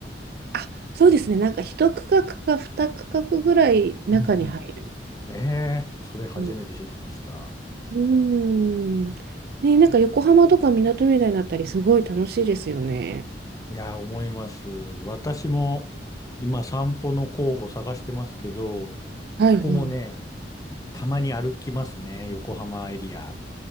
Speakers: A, on the right; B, on the left.
A: あ、そうですね。なんか一区画か二区画ぐらい中に入る。
B: うんうん。ええ、それ初めて知りました。
A: うん。うーんね、なんか横浜とか港みたいになったり、すごい楽しいですよね。
B: いやー、思います。私も今散歩の候補探してますけど、
A: はいはい。
B: そこもね、たまに歩きますね、横浜エリア。